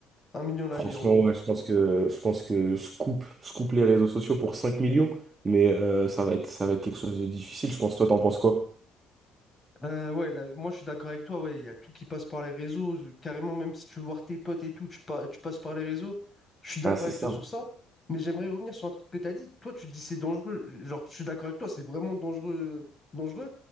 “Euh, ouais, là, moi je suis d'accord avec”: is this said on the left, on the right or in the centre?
Left